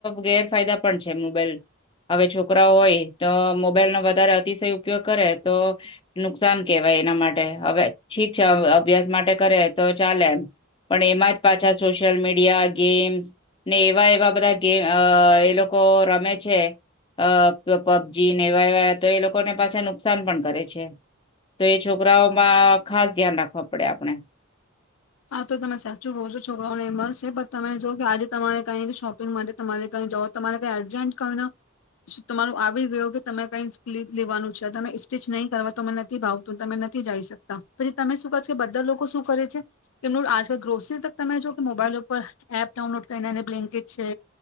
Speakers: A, on the left; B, on the left.
A: ગેરફાયદા પણ છે મોબાઈલ હવે છોકરાઓ હોય તો મોબાઈલ નો વધારે અતિશય ઉપયોગ કરે તો નુકસાન કેવાય એના માટે હવે ઠીક છે અભ્યાસ માટે કરે તો ચાલે એમ પણ એમાં જ પાછા સોશિયલ મીડિયા ગેમ્સ ને એવા એવા બધા ગેમ એ લોકો રમે છે અ તો પબજી ને એવા એવા તો એ લોકોને પાછા નુકસાન પણ કરે છે તો એ છોકરાઓમાં ખાસ ધ્યાન રાખવા પડે આપણેે
B: હા તો તમે સાચું બહ છો છોકરાઓને એ મસ છે બ તમે જો કે આજે તમારે કઈ શોપિંગ માટે તમારે કઈ જઓ તમારે કઈ અર્જન્ટ કઈ ન તમારું આવી ગયું કે તમે કઈ લેવાનું છે તમે સ્ટીચ નહીં કરવા તો તમે નથી ભાવતું તમે નથી જઈ શકતા પછી તમે શું કરશો કે બધા લોકો શું કરે છે કેમનું આજકાલ ગ્રોસરી તક તમે જો કે મોબાઈલ ઉપર એપ ડાઉનલોડ કરીનેને બ્લેન્કેજ છે